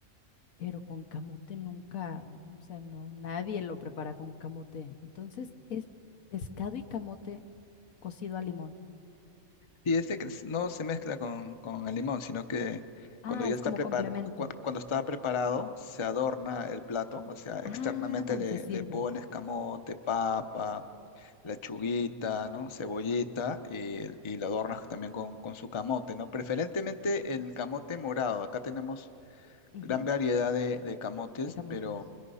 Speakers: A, on the left; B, on the left.
A: pero con camote nunca, o sea, no, nadie lo prepara con camote. Entonces es pescado y camote cocido a limón.
B: Y este que s- no se mezcla con, con el limón, sino que
A: Ah,
B: cuando ya
A: es
B: está
A: como
B: preparado,
A: complemento.
B: cuando está preparado, se adorna el plato, o sea, externamente
A: Ah,
B: le,
A: se sirve.
B: le pones camote, papa, lechuguita, ¿no? Cebollita y, y lo adornas también con, con su camote, ¿no? Preferentemente el camote morado. Acá tenemos
A: ujú,
B: gran variedad de, de camotes,
A: de camotes.
B: pero